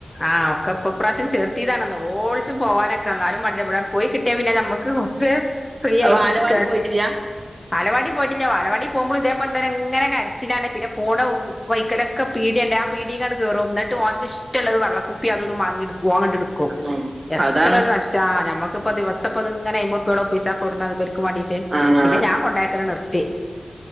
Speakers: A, on the left; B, on the right.
A: ആഹ് ഒക്കപ്പൊപ്രാവശ്യം ചെർത്തിതാണ് നൊളോളിച്ച് പോകാനൊക്കെ എന്നാലും മട <unintelligible> പോയി കിട്ടിയാ പിന്നെ നമ്മക്ക് ക്ക് കൊറച് ഫ്രീ
B: അത്
A: ആയിട്ടിരിക്കാ
B: ബാലവാടി പോയിട്ടില്ല
A: ബാലവാടി പോയിട്ടില്ല ബാലവാടി പോക്മ്പോൾ ഇതേപോൽ തന്നെ ഇങ്ങനെ കരച്ചിലാണ് പിന്നെ പോണ പോകും വൈക്കലൊക്കെ പീടിയണ്ട് ആ പീടിയക്കാണ് കേറും ന്നിട്ട് ഓന്ക്ക് ഇഷ്ട്ടള്ളത് വള്ളക്കുപ്പി അതൊതും വാങ്ങിടുക്കും ഓങ്ങട്ട് എടു ക്കും
B: ഉം
A: എത്രരു
B: അതാണ്
A: നഷ്ട്ടാ നമ്മുക്കിപ്പൊ ദിവസംപ്പത് ഇങ്ങനെ അയമ്പ് ർപ്യോളം ഒപിച്ചാൻ പ്പൊ ഇവുടന്നാ. ക്കു വാണ്ടീട്ട്
B: ഉം
A: പിന്നെ ഞാൻ കൊണ്ടക്കല് നിർത്തി